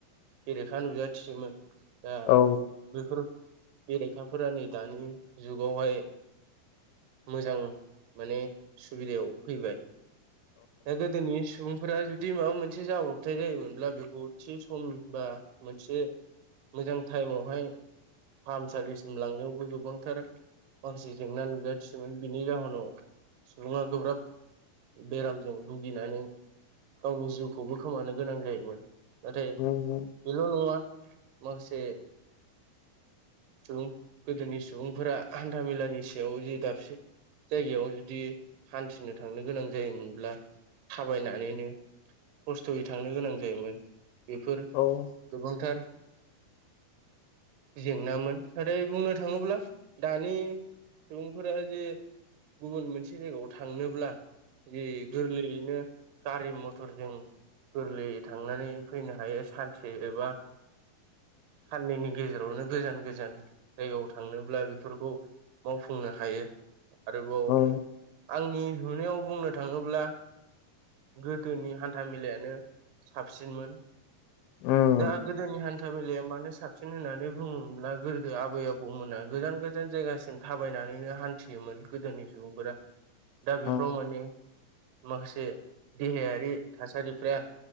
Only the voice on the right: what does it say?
बेरेखा नुजाथियोमोन दा
बेफोर बेरेखाफोरा नै दानि जुगावहाय मोजां माने सुबिदायाव फैबाय दा गोदोनि सुबुं जुदि माबा मोनसे जाब्रबथाय जायोमोनब्ला बेखौ थि सम बा मोनसे मोजां टाइमआवहाय फाहामसालिसिम लांनायावबो गोबांथार माखासे जेंना नुजायो। सोमोन बिनि जाहोनाव सुबुङा गोब्राब बेरामजों भुगिनानै गावनि जिउखौबो खोमानो गोनां जायोमोन नाथाय
बेल' नङा माखासे सुबुं गोदोनि सुबुंफोरा हान्थामेलानि सायाव दाबसे जायगायाव जुदि हान्थिनो थांनो गोनां जायोमोनब्ला थाबायनानैनो खस्थ'यै थांनो गोनां जायोमोन बेफोर
गोबांथार जेंनामोन नाथाय बुंनो थाङोब्ला दानि जे गुबुन मोनसे जायगायाव थांनोब्ला जि गोरलैयैनो गारि मथरजों गोरलैयै थांनानै फैनो हायो सानसे एबा
साननैनि गेजेरावनो गोजान गोजान जायगायाव थांनोब्ला बेफोरखौ मावफुंनो हायो आरोबाव
आंनि नुनायाव बुंनो थाङोब्ला गोदोनि हान्था मेलायानो साबसिनमोन।
दा गोदोनि हान्था मेलाया मानो साबसिन होननानै बुङोब्ला गोदो आबै आबौमोना गोजान गोजान जायगासिम थाबायनानैनो हान्थियोमोन गोदोनि सुबुंफोरा दा
बेफोराव माने माखासे देहायारि थासारिफ्रा